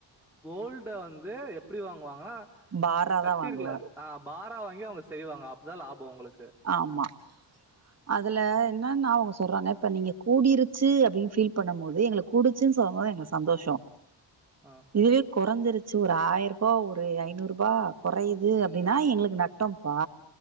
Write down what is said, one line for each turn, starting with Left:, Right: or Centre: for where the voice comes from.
Centre: கோல்ட வந்து எப்டி வாங் <unintelligible>
Right: பாரா
Centre: கடிருகல
Right: தா வாங்குவ
Centre: ஆ பாரா வாங்கி அவங்க செய்வாங்க அபதா லாபம் உங்களுகு
Right: ஆமா அதுல என்ன நா அவங்க சொல்றாங்க இப்ப நீங்க கூடிருசு அபடினு ஃபீல் பண்ணும் போது எங்கள கூடுசுனு சொல்லு போது எங்களுகு சந்தோஷ
Centre: ஆ
Right: இதுவே குறஞ்சிருசு ஒரு ஆயிரூபா ஒரு ஐநூறு ரூபா குறையுது அப்டினா எங்களுக்கு நடம்பா